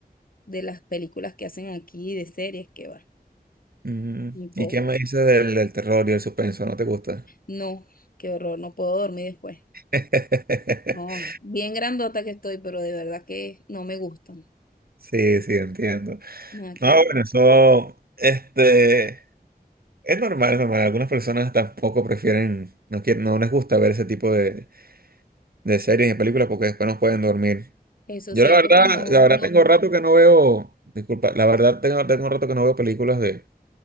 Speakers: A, on the left; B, on the right.
A: de las películas que hacen aquí, de series que va,
B: ujú.
A: muy poco.
B: ¿Y qué me dices del, del terror y el suspenso? ¿No te gusta?
A: No, qué horror, no puedo dormir después.
B: <laughs>
A: No, bien grandota que estoy, pero de verdad que no me gustan,
B: Sí, sí, entiendo.
A: nada que
B: No,
A: ver.
B: bueno, eso, este, es normal, es normal. Algunas personas tampoco prefieren, no quieren, no les gusta ver ese tipo de, de series y películas porque después no pueden dormir.
A: Eso
B: Yo
A: siento
B: la verdad,
A: que no,
B: la verdad
A: no,
B: tengo rato que no veo, disculpa, la verdad tengo, tengo rato que no veo películas de,